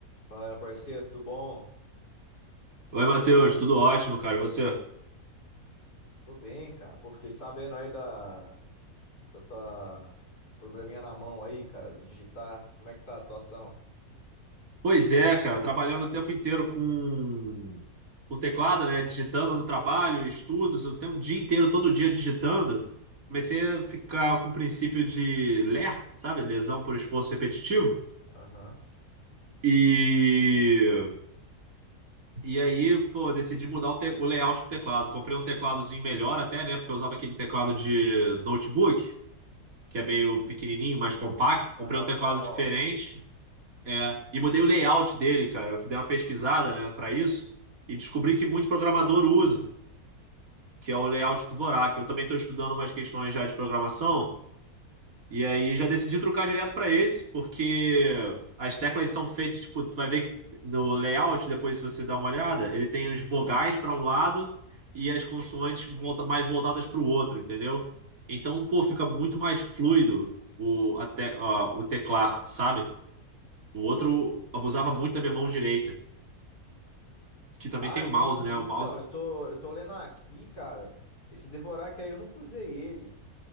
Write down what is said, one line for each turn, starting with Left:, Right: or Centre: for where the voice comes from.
Left: Fala, meu parceiro, tudo bom?
Right: Oi, Matheus, tudo ótimo, cara. E você?
Left: Tô bem, cara. Pô, fiquei sabendo aí da, da tua probleminha na mão aí, cara, de digitar. Como é que tá a situação?
Right: Pois é, cara, trabalhando o tempo inteiro com com teclado, né? Digitando no trabalho, estudos, eu tenho o dia inteiro, todo dia digitando. Comecei a ficar com o princípio de LER, sabe? Lesão por esforço repetitivo.
Left: Aham.
Right: E, e aí, pô, decidi mudar o, te- o layout do teclado. Comprei um tecladozinho melhor até, né? Porque eu usava aquele teclado de notebook, que é meio pequenininho, mais compacto.
Left: Aham.
Right: Comprei um teclado
Left: Nossa.
Right: diferente É, e mudei o layout dele, cara. Eu fui dar uma pesquisada, né, para isso e descobri que muito programador usa, que é o layout do Dvorak. Eu também estou estudando umas questões já de programação e aí já decidi trocar direto para esse, porque as teclas são feitas, tipo, tu vai ver que no layout, depois se você dá uma olhada, ele tem os vogais para um lado e as consoantes volta, mais voltadas para o outro, entendeu? Então, pô, fica muito mais fluido o, até, o teclar, sabe? O outro abusava muito da minha mão direita, que também
Left: Ah,
Right: tem o
Left: entendi.
Right: mouse, né? O mouse.
Left: Então, eu tô, eu tô lendo aqui, cara. Esse Devorak aí, eu nunca usei ele.